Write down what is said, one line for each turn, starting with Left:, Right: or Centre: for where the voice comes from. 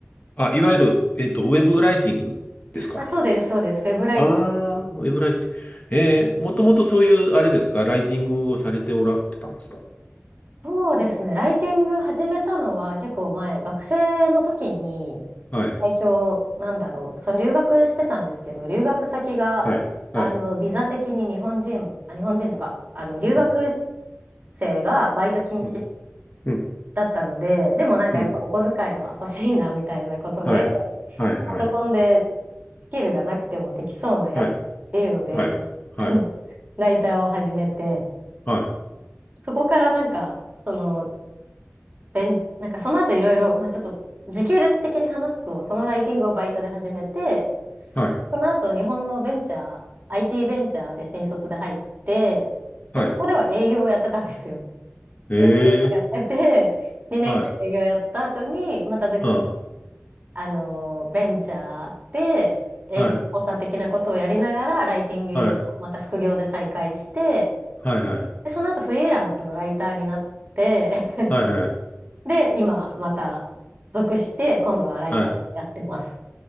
Left: あ、いわゆる、えっと、ウェブライティングですか
Right: あ、そうです、そうです。ウェブライティングです。
Left: ああー、ウェブライティング。ええ、もともとそういう、あれですかライティングをされておられたんですか
Right: そうですね。ライティング始めたのは結構前、学生の時に、
Left: はい、
Right: 最初、なんだろう、その留学してたんですけど、留学先が、
Left: はい、はい。
Right: あの、ビザ的に日本人、あ、日本人というか、あの、留学
Left: うん、
Right: 生がバイト禁止
Left: うん、うん、
Right: だったので、でもなんかやっぱお小遣いは欲しいなみたいなことで、
Left: うん。はい、はい、はい、
Right: パソコンでスキルがなくてもできそうなやつっていうので、
Left: はい、はい、は
Right: あの、ライターを始めて、
Left: い、
Right: そこからなんか、その、べん、なんかその後いろいろ、まあちょっと時系列的に話すと、そのライティングをバイトで始めて、
Left: はい。
Right: その後日本のベンチャー、IT ベンチャーで新卒で入って、
Left: はい。
Right: で、そこでは営業をやってたんですよ。
Left: え
Right: 営業をやってて、
Left: え、
Right: 2年間営業やった後に、
Left: はい。
Right: また別の
Left: うん。
Right: あの、ベンチャーで営業補佐的なことをやりながら、
Left: はい。
Right: ライティングをまた副業で再開して、
Left: はい。はい。はい。
Right: で、その後フリーランスのライターになって、<laughs>
Left: はい。はい。
Right: で、今また属して、今度はライターやってます。
Left: はい。